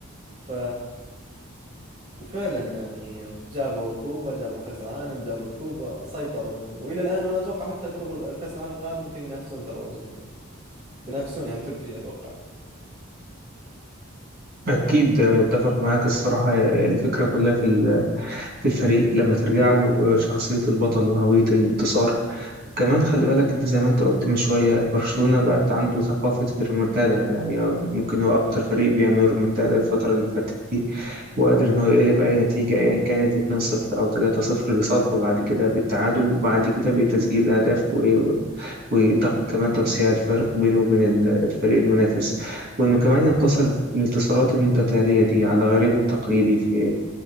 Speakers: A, on the right; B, on the right.
A: ف وفعلا يعني جابوا الكوبا جابوا كأس العالم جابوا الكوبا سيطروا يعني والى الان وانا اتوقع حتى الكوبا كأس العالم القادم ممكن ينافسون ترى الارجنتين بينافسون يعني توب 3 اتوقع
B: أكيد متفق معاك الصراحة الفكرة كلها في ال- في الفريق لما ترجع له آه، شخصية البطل وهوية الانتصار كمان خلي بالك انت زي ما انت قلت من شوية برشلونة بقت عنده ثقافة الريمونتادا يعني ممكن هو اكتر فريق بيعمل ريمونتادا الفترة اللي فاتت دي وقادر ان هو يقلب اي نتيجة ايا كانت 2-0 او 3-0 لصالحه بعد كده بالتعادل وبعد كده بتسجيل اهداف وايه وكمان توسيع الفارق بينه وبين ال- الفريق المنافس وانه كمان ينتصر في الانتصارات المتتالية دي على غريمه التقليدي في